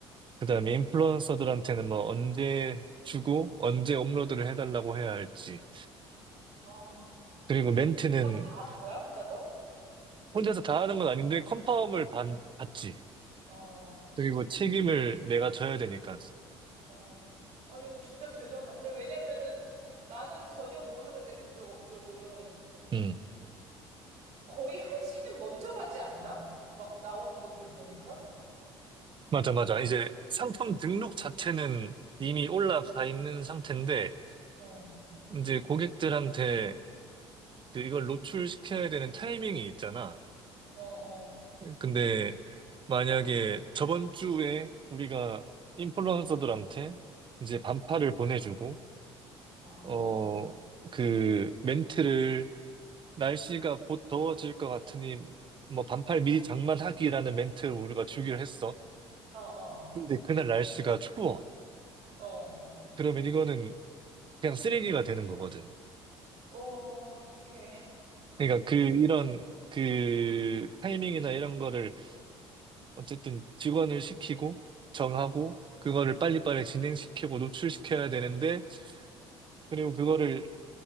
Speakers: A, on the right; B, on the right.
A: 그다음에 인플루언서들한테는 뭐 언제 주고 언제 업로드를 해달라고 해야 할지
B: 아,
A: 그리고 멘트는
B: 까지 다 하는 거야, 혼자서?
A: 혼자서 다 하는 건 아닌데 컨펌을 받, 받지
B: 어.
A: 그리고 책임을 내가 져야 되니까
B: 어. 아니, 이건 진짜 대단한데? 왜냐면은 나는 전혀 모르는데 그쪽 업적은
A: 음.
B: 거의 한 시즌 먼저 가지 않나? 막 나오는 것들 보니까?
A: 맞아, 맞아. 이제 상품 등록 자체는 이미 올라가 있는 상태인데,
B: 어,
A: 이제 고객들한테 그 이걸 노출시켜야 되는 타이밍이 있잖아.
B: 어, 어.
A: 근데 만약에 저번 주에 우리가 인플루언서들한테 이제 반팔을 보내주고,
B: 아,
A: 어, 그 멘트를 날씨가 곧 더워질 것 같으니 뭐 반팔 미리 장만하기라는 멘트를 우리가 주기로 했어.
B: 어, 어,
A: 근데 그날 날씨가 추워.
B: 어. 어,
A: 그러면 이거는 그냥 쓰레기가 되는 거거든.
B: 어, 어떡해.
A: 그러니까 그 이런 그 타이밍이나 이런 거를 어쨌든 직원을 시키고 정하고 그거를 빨리빨리 진행시키고 노출시켜야 되는데 그리고 그거를